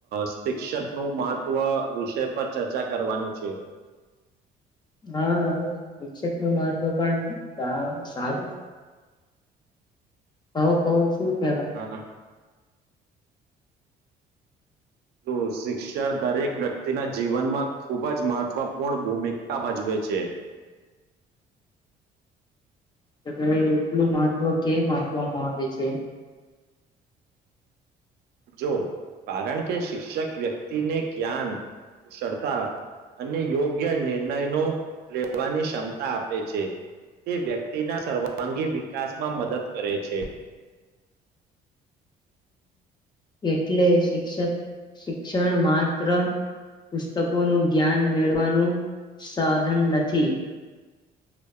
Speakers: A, on the right; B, on the left.
A: શિક્ષકનું મહત્ત્વ વિષય પર ચર્ચા કરવાનું છે.
B: હા શિક્ષક નું મહત્વ પણ સારું ક તું
A: અ, તો શિક્ષણ દરેક વ્યક્તિના જીવનમાં ખૂબ જ મહત્વપૂર્ણ ભૂમિકા ભજવે છે.
B: તો ભ એટલું મહત્વ કેમ આપવામાં આવે છે?
A: જો કારણ કે શિક્ષક વ્યક્તિને જ્ઞાન, કુશળતા, અને યોગ્ય નિર્ણયનો, લેવાની ક્ષમતા આપે છે, તે વ્યક્તિના સર્વાંગી વિકાસમાં મદદ કરે છે.
B: એટલે શિક્ષક શિક્ષણ માત્ર પુસ્તકોનું જ્ઞાન મેળવાનું સાધન નથી.